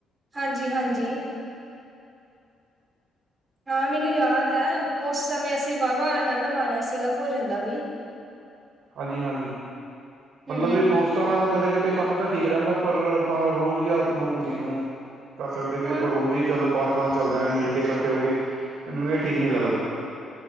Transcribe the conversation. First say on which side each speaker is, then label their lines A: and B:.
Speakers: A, on the right; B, on the right.
A: ਹਾਂਜੀ ਹਾਂਜੀ ਹਾਂ ਮੈਨੂੰ ਯਾਦ ਐ ਉਸ ਸਮੇਂ ਅਸੀਂ ਵਾਹਵਾ ਆਨੰਦ ਮਾਣਿਆ ਸੀਗਾ ਭੋਜਨ ਦਾ ਵੀ
B: ਹਾਂਜੀ ਹਾਂਜੀ
A: ਹੂੰ,
B: ਮਲਬ ਇਹ ਦੋਸਤਾਂ ਨਾਲ ਕਦੇ ਕਦੇ ਖਾਦਾ ਤਾਂ ਠੀਕ ਰਹਿੰਦਾ ਪਰ ਆਪਾਂ ਰੋਜ਼ ਦੀ ਆਦਤ ਮੰਗੂ ਨੀ ਇਹਨੂੰ <inaudible> ਕਰ ਸਕਦੇ ਵੀ
A: ਹਾਂ।
B: ਆਪਾਂ ਰੋਜ਼ ਹੀ ਚਲੋ ਬਾਹਰ ਖਾਨ ਚੱਲਦੇ ਹਾਂ ਮਿਲ ਕੇ ਇਕੱਠੇ ਹੋ ਕੇ ਮੈਨੂੰ ਇਹ ਠੀਕ ਨੀ ਲੱਗਦਾ।